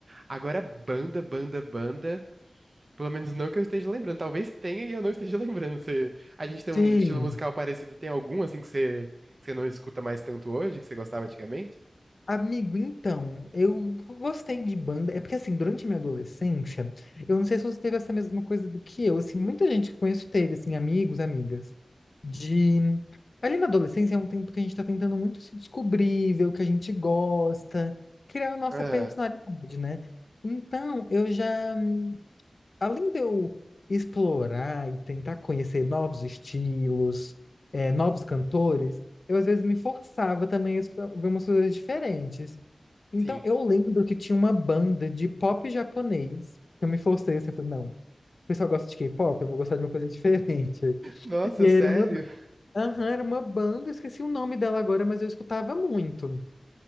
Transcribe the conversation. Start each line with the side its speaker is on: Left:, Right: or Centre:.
Right: Agora, banda, banda, banda. Pelo menos não que eu esteja lembrando. Talvez tenha e eu não esteja <laughs> lembrando. Você, a gente tem
Left: sim.
Right: um estilo musical parecido. Tem algum, assim, que você, que você não escuta mais tanto hoje, que você gostava antigamente?
Left: Amigo, então, eu gostei de banda. É porque, assim, durante minha adolescência, eu não sei se você teve essa mesma coisa do que eu. Assim, muita gente que conheço teve, assim, amigos, amigas, de. Ali na adolescência é um tempo que a gente tá tentando muito se descobrir, ver o que a gente gosta, criar a nossa
Right: Ah,
Left: personalidade, né? Então, eu já. Além de eu explorar e tentar conhecer novos estilos, eh, novos cantores, eu às vezes me forçava também a escutar- ver umas coisas diferentes. Então,
Right: sim.
Left: eu lembro que tinha uma banda de pop japonês. Eu me forcei assim, eu falei, não, o pessoal gosta de K-pop, eu vou gostar de uma coisa diferente.
Right: Nossa,
Left: <laughs> E aí
Right: sério?
Left: era uma, aham, era uma banda, eu esqueci o nome dela agora, mas eu escutava muito.